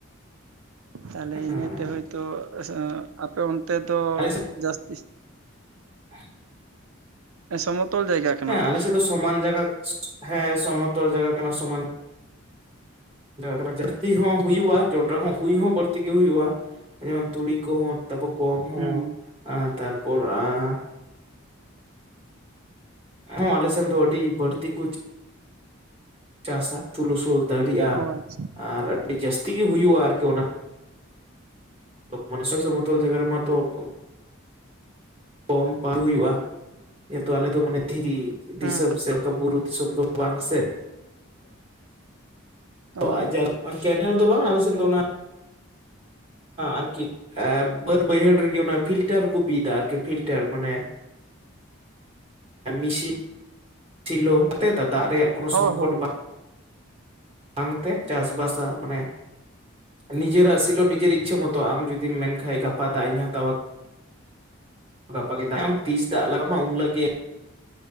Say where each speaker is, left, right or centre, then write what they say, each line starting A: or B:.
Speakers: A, on the right; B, on the right.
A: ᱛᱟᱞᱮ
B: ᱦᱮᱸ
A: ᱤᱱᱟᱹᱛᱮ ᱦᱳᱭᱛᱳ ᱼᱼ ᱟᱯᱮ ᱚᱱᱛᱮ ᱫᱚ
B: ᱟᱞᱮ ᱥᱮᱫ
A: ᱡᱟᱹᱥᱛᱤᱥ
B: <inaudible>
A: ᱥᱚᱢᱚᱛᱚᱞ ᱡᱟᱭᱜᱟ ᱠᱟᱱᱟ
B: ᱦᱮᱸ
A: ᱛᱚ
B: ᱟᱞᱮᱥᱮᱫ ᱫᱚ ᱥᱚᱢᱟᱱ ᱡᱟᱭᱜᱟ ᱦᱮᱸ ᱥᱚᱢᱚᱛᱚᱞ ᱡᱟᱭᱜᱟ ᱠᱟᱱᱟ ᱥᱚᱢᱟᱱ ᱼᱼ ᱠᱟᱱᱟ ᱡᱟᱹᱥᱛᱤ ᱦᱚᱸ ᱦᱩᱭᱩᱜᱼᱟ ᱡᱚᱱᱰᱨᱟ ᱦᱚᱸ ᱦᱩᱭ ᱦᱚᱸ ᱵᱟᱹᱲᱛᱤ ᱜᱮ ᱦᱩᱭᱩᱜᱼᱟ ᱡᱮᱢᱚᱱ ᱛᱩᱲᱤ ᱠᱚᱦᱚᱸ ᱼᱼ ᱛᱟᱯᱚ ᱠᱚᱢ ᱦᱚᱸ
A: ᱦᱩᱸ
B: ᱛᱟᱨᱯᱚᱨ ᱟ ᱼᱼ ᱦᱳ ᱟᱞᱮᱥᱮᱱ ᱫᱚ ᱟᱹᱰᱤ ᱵᱟᱹᱲᱛᱤ ᱠᱩ ᱼᱼ ᱪᱟᱥᱟ ᱯᱩᱞᱩᱥᱩ ᱫᱟᱲᱤᱜᱼᱟ
A: ᱚ ᱟᱪᱪᱷᱟ
B: ᱟᱨ ᱟᱹᱰᱤ ᱡᱟᱹᱥᱛᱤ ᱜᱮ ᱦᱩᱭᱩᱜᱼᱟ ᱟᱨᱠᱤ ᱚᱱᱟ ᱼᱼ ᱚᱱᱟ ᱠᱚᱫᱚ ᱥᱚᱢᱚᱛᱚᱞ ᱡᱟᱜᱟ ᱨᱮᱢᱟᱛᱚ ᱼᱼ <unintelligible> ᱦᱩᱭᱩᱜᱼᱟ ᱡᱮᱦᱛᱩ ᱟᱞᱮ ᱫᱚ ᱢᱟᱱᱮ ᱫᱷᱤᱨᱤ ᱼᱼ ᱫᱤᱥᱚᱢ
A: ᱦᱮᱸ
B: ᱥᱮ ᱚᱱᱠᱟ ᱵᱩᱨᱩ ᱫᱤᱥᱚᱢ ᱫᱚ ᱵᱟᱝ ᱥᱮ ᱾
A: ᱦᱳᱭ
B: <unintelligible> ᱠᱮᱱᱮᱞ ᱫᱚ ᱵᱟᱝ ᱟᱞᱮ ᱥᱮᱱ ᱫᱚ ᱚᱱᱟ ᱟᱨᱠᱤ ᱮᱸᱜ ᱵᱟᱹᱫ ᱵᱟᱹᱭᱦᱟᱹᱲ ᱨᱮᱜᱮ ᱚᱱᱟ ᱯᱷᱤᱞᱴᱟᱨ ᱠᱚ ᱵᱤᱫᱟ ᱟᱨᱠᱤ ᱯᱷᱤᱞᱴᱟᱨ ᱢᱟᱱᱮ ᱢᱤᱥᱤᱱ ᱥᱮᱞᱳ ᱫᱟᱜᱽ ᱨᱮᱭᱟᱜ ᱠᱳᱱᱳ
A: ᱦᱳᱭ
B: ᱥᱚᱝᱠᱚᱴ
A: ᱦᱳᱭ ᱦᱳᱭ
B: ᱵᱟᱝ ᱵᱟᱝᱛᱮ ᱪᱟᱥᱵᱟᱥᱟ ᱢᱟᱱᱮ ᱱᱤᱡᱮᱨᱟᱜ ᱥᱤᱞᱳ ᱱᱤᱡᱮᱨ ᱤᱪᱪᱷᱟᱹ ᱢᱚᱛᱚ ᱟᱢ ᱡᱩᱫᱤᱢ ᱢᱮᱱᱠᱷᱟᱡ ᱜᱟᱯᱟ ᱫᱟᱜᱽ ᱤᱧ ᱦᱟᱛᱟᱣᱟ ᱜᱟᱯᱟᱜᱮ ᱫᱟᱜᱽ ᱮᱢ ᱛᱤᱥ ᱫᱟᱜᱽ ᱞᱟᱜᱟᱣ ᱢᱟ ᱩᱱ ᱞᱤᱞᱳᱜ ᱜᱮ